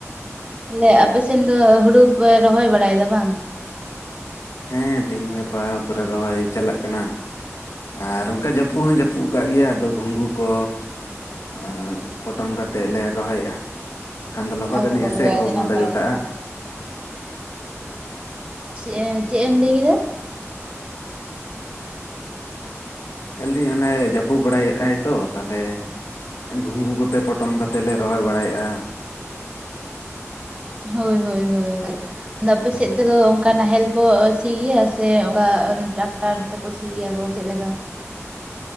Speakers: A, on the right; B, on the left.
A: ᱱᱮ ᱟᱯᱮᱥᱮᱱ ᱫᱚ ᱦᱩᱲᱩ ᱯᱮ ᱨᱚᱦᱚᱭ ᱵᱟᱲᱟᱭᱮᱫᱟ ᱵᱟᱝ?
B: ᱦᱮᱸ ᱛᱮᱦᱮᱧ ᱜᱟᱯᱟ ᱯᱚᱨᱮ ᱨᱚᱦᱚᱭ ᱪᱟᱞᱟᱜ ᱠᱟᱱᱟ ᱟᱨ ᱚᱱᱠᱟ ᱡᱟᱹᱯᱩᱜ ᱦᱚᱭ ᱡᱟᱹᱯᱩᱜ ᱠᱟᱜ ᱜᱮᱭᱟ ᱟᱫᱚ ᱜᱩᱝᱜᱩ ᱠᱚ ᱟᱨ ᱯᱚᱴᱚᱢ ᱠᱟᱛᱮᱜ ᱞᱮ ᱨᱚᱦᱚᱭᱮᱫᱼᱟ ᱵᱟᱠᱷᱟᱱ ᱫᱚ ᱞᱚᱦᱚᱫ
A: ᱚ
B: ᱟᱹᱱᱤᱡ ᱟ ᱥᱮ ᱠᱷᱩᱵ
A: ᱟᱹᱰᱤ
B: ᱢᱟᱸᱫᱟ
A: ᱱᱟᱯᱟᱭ
B: ᱡᱚᱴᱟᱜᱼᱟ
A: ᱠᱟᱛᱷᱟ
B: ᱾
A: ᱪᱮ ᱪᱮᱜ ᱮᱢ ᱞᱟᱹᱭ ᱠᱮᱫᱟ?
B: ᱞᱮᱫᱤᱧ ᱚᱱᱮ ᱡᱟᱹᱯᱩᱜ ᱵᱟᱲᱟᱭᱮᱜᱟᱭ ᱛᱚ ᱛᱟᱦᱚᱞᱮ ᱜᱷᱝᱜᱩ ᱠᱚᱛᱮ ᱯᱚᱴᱚᱢ ᱠᱟᱛᱮᱜ ᱞᱮ ᱨᱚᱦᱚᱭ ᱵᱟᱲᱟᱭᱮᱜᱼᱟ ᱾
A: ᱦᱳᱭ ᱦᱳᱭ ᱦᱳᱭ ᱾ ᱟᱫᱚ ᱟᱯᱮ ᱥᱮᱫ ᱛᱮᱫᱚ ᱚᱱᱠᱟ ᱱᱟᱦᱮᱞ ᱠᱚ ᱥᱤ ᱜᱮᱭᱟ ᱥᱮ ᱚᱱᱠᱟ ᱴᱟᱠᱴᱟᱨ? ᱛᱮᱠᱩ ᱥᱤ ᱜᱮᱭᱟᱠᱚ ᱪᱮᱫ ᱞᱮᱠᱟ?